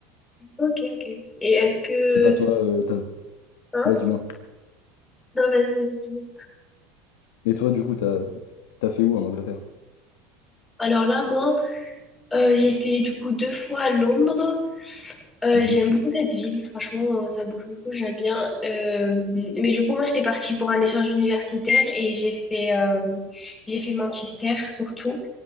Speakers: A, on the left; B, on the left.
A: Ok, ok. Et est-ce que...
B: Je sais pas, toi, euh, t'as-
A: Hein?
B: ouais, dis-moi.
A: Non, vas-y, vas-y, dis-moi.
B: Et toi, du coup, t'as, T'as fait où en Angleterre?
A: Alors là, moi, euh, j'ai fait du coup deux fois Londres. Euh,
B: Mhm.
A: j'aime beaucoup cette ville, franchement, euh, ça bouge beaucoup, j'aime bien. Euh, mais du coup, moi, j'étais partie pour un échange universitaire et j'ai fait, euh, j'ai fait Manchester surtout.